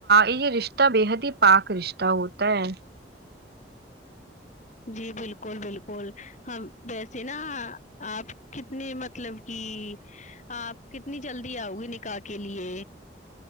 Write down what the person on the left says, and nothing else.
جی بلکل بلکل ہم ویسے نا آپ کتنی مطلب کہ آپ کتنی جلدی آؤ گی نکاح کے لیے